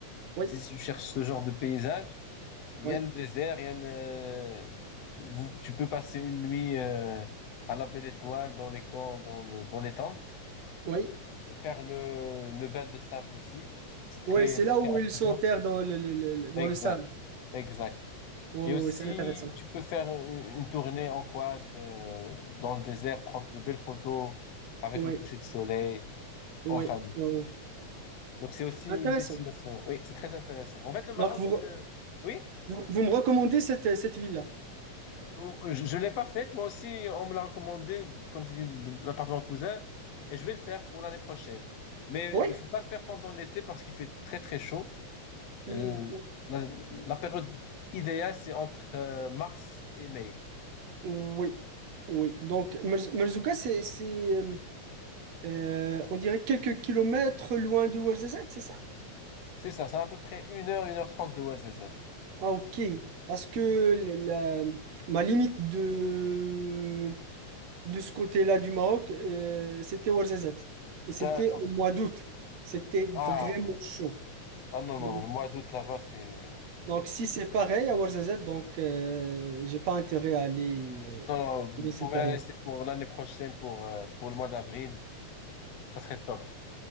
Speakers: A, on the right; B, on the left.
A: oui,
B: si tu cherches ce genre de paysage, il
A: oui,
B: y a le désert, il y a le, tu, vous- tu peux passer une nuit euh, à la Belle Étoile, dans les camps, dans les, dans les tentes,
A: oui.
B: et faire le, le bain de sable aussi. C'est très,
A: Oui, c'est
B: c'est
A: là
B: très
A: où
B: apaisant.
A: ils s'enterrent dans le, le- le- le- dans
B: Exact,
A: le sable.
B: exact.
A: Oui,
B: Et aussi,
A: oui, c'est intéressant.
B: tu peux faire une une tournée en quad euh, dans le désert, prendre de belles photos avec
A: Oui,
B: le coucher de soleil
A: oui,
B: en famille.
A: oui, oui.
B: Donc c'est aussi
A: Intéressant.
B: une destination. Oui, c'est très intéressant. En fait, le Maroc,
A: Donc, vous, re-
B: euh, oui,
A: vous, vous me recommandez cette, euh, cette ville-là?
B: euh, je, je l'ai pas faite. Moi aussi, on me l'a recommandé, comme je t'ai dit, de l'appartement cousin, et je vais le faire pour l'année prochaine. Mais
A: Oui?
B: euh, il faut pas le faire pendant l'été parce qu'il fait très très chaud.
A: Mm,
B: Euh, La, la période idéale, c'est entre euh, mars et mai.
A: Oui, oui. Donc, Merz- Merzouga, c'est, c'est, euh, euh, on dirait quelques kilomètres loin de Ouarzazate, c'est ça?
B: C'est ça, c'est à peu près une heure, une heure trente de OSS.
A: Ah, ok. Parce que la, ma limite de, de ce côté-là du Maroc, euh, c'était Ouarzazate. Et c'était
B: D'accord.
A: au mois d'août. C'était vraiment
B: Ah,
A: chaud.
B: ah non,
A: Donc,
B: non, non, le mois d'août là-bas, c'est.
A: donc si c'est pareil à Ouarzazate, donc euh, j'ai pas intérêt à aller euh,
B: Non, non,
A: dans
B: vous
A: cette
B: pouvez
A: période.
B: la laisser pour l'année prochaine, pour, euh, pour le mois d'avril. Ça serait top.